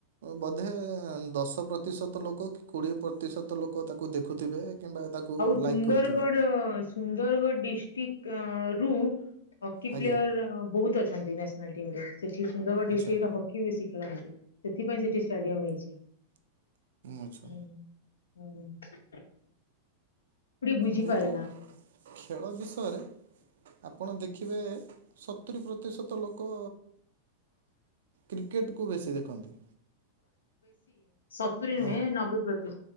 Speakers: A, on the right; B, on the left.
A: ବୋଧେ ଦଶ ପ୍ରତିଶତ ଲୋକ କି କୋଡିଏ ପ୍ରତିଶତ ଲୋକ ତାକୁ ଦେଖୁଥିବେ କିମ୍ବା ତାକୁ
B: ଆଉ
A: ଲାଇକ୍
B: ସୁନ୍ଦରଗଡ଼,
A: କରୁଥିବେ
B: ସୁନ୍ଦରଗଡ଼ ଡିଷ୍ଟ୍ରିକରୁ ହକି
A: ଆଜ୍ଞା
B: ପ୍ଲେୟର ବହୁତ ଅଛନ୍ତି ନ୍ୟାସନାଲ୍ ଟିମରେ, ସେଠି ସୁନ୍ଦରଗଡ଼
A: ଆଚ୍ଛା।
B: ଡିଷ୍ଟ୍ରିକ୍ଟରେ ହକି ବେଶୀ ଖେଳନ୍ତି। ସେଥିପାଇଁ ସେଠି ଷ୍ଟାଡିୟମ ହେଇଛି।
A: ଆଚ୍ଛା
B: ହୁଁ। ହୁଁ। କୋଉଠି ବୁଝିପାରେ
A: କିନ୍ତୁ
B: ନା
A: ଖେଳ ବିଷୟରେ ଆପଣ ଦେଖିବେ ସତୁରି ପ୍ରତିଶତ ଲୋକ କ୍ରିକେଟକୁ ବେଶୀ ଦେଖନ୍ତି।
B: ସତୁରୀ ନୁହେଁ,
A: ହଁ
B: ନବେ ପ୍ରତି